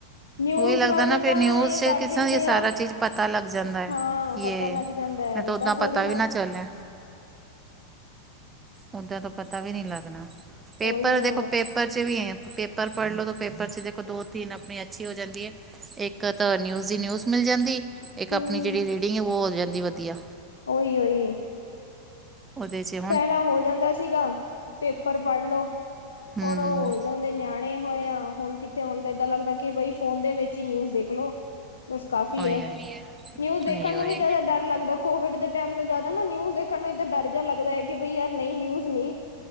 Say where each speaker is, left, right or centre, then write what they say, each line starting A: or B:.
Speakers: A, on the left (about 70°); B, on the right (about 15°).
A: ਨਿਊਜ਼
B: ਉਹੀ ਲੱਗਦਾ
A: ਵਾਲੇ
B: ਨਾ ਫਿਰ
A: ਤਾਂ
B: ਨਿਊਜ
A: ਇਹ
B: ਚ
A: ਕਰ
B: ਕਿਸੇ
A: ਦਿੰਦੇ
B: ਦੀ ਸਾਰਾ
A: ਆ
B: ਚੀਜ਼ ਪਤਾ ਲੱਗ ਜਾਂਦਾ ਹੈ
A: ਹਾਂ
B: ਕਿ
A: ਪਤਾ
B: ਇਹ
A: ਲੱਗ ਜਾਂਦਾ ਹੈ
B: ਮ
A: ਓਦਾਂ
B: ਉੱਦਾਂ
A: ਥੋੜ੍ਹੀ
B: ਪਤਾ ਵੀ ਨਾ ਚੱਲੇ ਉਦਾਂ ਤੋਂ ਪਤਾ ਵੀ ਨਹੀ ਲੱਗਣਾ ਪੇਪਰ
A: ਉਹੀ ਨਾ
B: ਦੇਖੋ ਪੇਪਰ ਬੱਚੇ ਵੀ ਹੈ ਪੇਪਰ ਪੜ੍ਹ ਲੋ ਤਾਂ ਪੇਪਰ ਚ ਦੇਖੋ ਦੋ ਤਿੰਨ ਆਪਣੀ ਅੱਛੀ ਹੋ ਜਾਂਦੀ ਹੈ ਇੱਕ ਤਾਂ ਨਿਊਜ਼ ਦੀ ਨਿਊਜ਼ ਮਿਲ ਜਾਂਦੀ ਇੱਕ ਆਪਣੀ
A: ਹਮ
B: ਜਿਹੜੀ ਰੀਡਿੰਗ ਉਹ ਹੋ ਜਾਂਦੀ ਵਧੀਆ
A: ਉਹੀ ਉਹੀ,,
B: ਉਹਦੇ ਚ, !
A: ਪਹਿਲਾਂ ਹੋ ਜਾਂਦਾ ਸੀਗਾ,,,,,, ਪੇਪਰ ਪੜ ਲੋ,,,,
B: ਹੂੰ
A: ਹੁਣ ਉਹ ਹੋ ਜਾਂ! ਦੇ ਨਿਆਣੇ ਹੋਏ ਆ, ਹੁਣ ਕਿੱਥੇ ਹੁਣ ਤਾਂ ਏਦਾਂ ਲੱਗਦਾ ਕਿ ਬਈ ਫੋਨ ਦੇ ਵਿੱਚ ਹੀ ਨਿਊਜ਼ ਦੇਖਲੋ! ਬਸ ਕਾਫੀ
B: ਓਏ
A: ਹੈ,,,,,,
B: ਓਏ
A: ਨਿਊਜ਼ ਦੇਖਣ
B: ਨਹੀਂ ਓਏ
A: ਨੂੰ ਵੀ ਜਿਆਦਾ ਡਰ ਲੱਗਦਾ! ਕੋਵਿਡ ਦੇ ਟਾਈਮ ਤੋਂ ਜ਼ਿਆਦਾ ਨਾ ਨਿਊਜ਼ ਦੇਖਣ ਨੂੰ ਇਦਾ ਡਰ ਜਿਹਾ ਲੱਗਦਾ ਹੈ ਕਿ ਬਈ ਯਾਰ ਨਹੀਂ ਨਿਊਜ ਨਹੀ!